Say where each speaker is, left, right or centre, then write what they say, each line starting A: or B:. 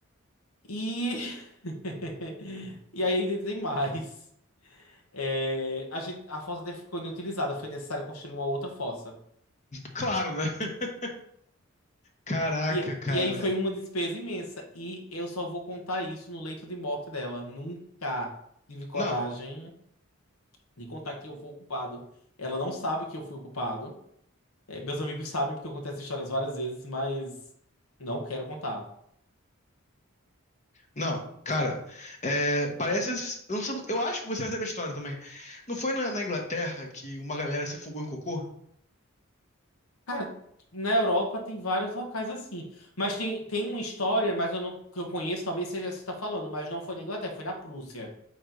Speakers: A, on the left; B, on the left.
A: E, <laughs> e aí ainda tem mais. É, a gente, a fossa até ficou inutilizada, foi necessário construir uma outra fossa.
B: Claro, né? <laughs> Caraca,
A: E,
B: cara.
A: e aí foi uma despesa imensa. E eu só vou contar isso no leito de morte dela. Nunca tive coragem
B: Não,
A: de contar que eu fui o culpado. Ela não sabe que eu fui o culpado. É, meus amigos sabem porque eu contei essas histórias várias vezes, mas não quero contar.
B: não, cara. É, parece. esses- eu não sei- eu acho que você vai saber a história também. Não foi na, na Inglaterra que uma galera se afogou em cocô?
A: Cara, na Europa tem vários locais assim. Mas tem, tem uma história, mas eu não, que eu conheço, talvez seja essa que você está falando, mas não foi na Inglaterra, foi na Prússia.